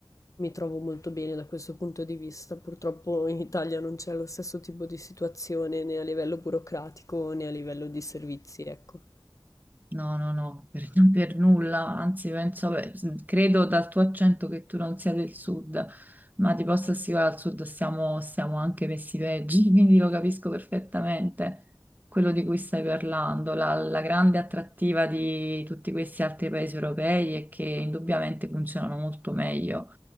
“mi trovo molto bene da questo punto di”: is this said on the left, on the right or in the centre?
Left